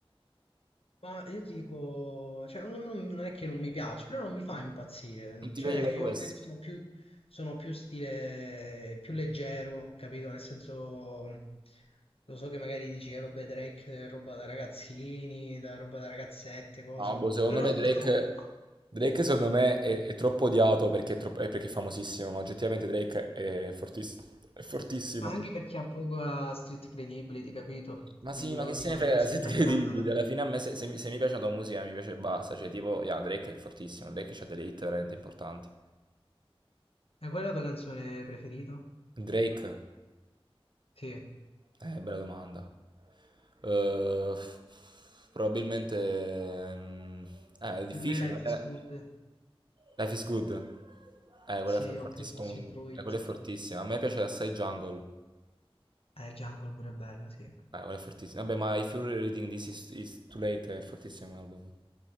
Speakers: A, on the left; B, on the right.
A: Ma io dico, cioè, non, non- non è che non mi piace, però non mi fa impazzire.
B: ti
A: Cioè,
B: piace Kanye
A: io
B: West?
A: magari sono più, sono più stile, più leggero, capito? Nel senso, lo so che magari dici, eh, vabbè, Drake è roba da ragazzini, da roba da ragazzette, cose.
B: No, boh, secondo
A: Però
B: me Drake...
A: no,
B: Drake secondo me è, è troppo odiato perché è, troppo- è perché è famosissimo, ma oggettivamente Drake è fortiss- è fortissimo.
A: ma anche perché ha poca street credibility, capito?
B: Ma
A: Quindi
B: sì,
A: loro
B: ma che se
A: dicono,
B: ne frega,
A: "Eh, questo
B: <laughs> siete
A: è dal
B: credibili.
A: Canada.
B: Alla fine a me se, se mi se mi piace la tua musica mi piace e basta. Cioè, tipo, yeah, Drake è fortissimo, Drake ha delle hit veramente importanti.
A: E qual è la tua canzone preferita?
B: Drake?
A: Sì,
B: Eh, bella domanda. Eh, f- f- probabilmente... mm, eh, è difficile.
A: per me Life
B: eh.
A: is Good,
B: Life is good. Eh, quella
A: sì,
B: è f-
A: oppure
B: fortissima.
A: Passion
B: eh,
A: Fruit.
B: quella è fortissima. A me piace assai Jungle.
A: Eh, Jungle pure è bella, sì.
B: Eh, quella è fortissima. Vabbè, ma If You're Reading This Is, is Too Late è fortissimo come album.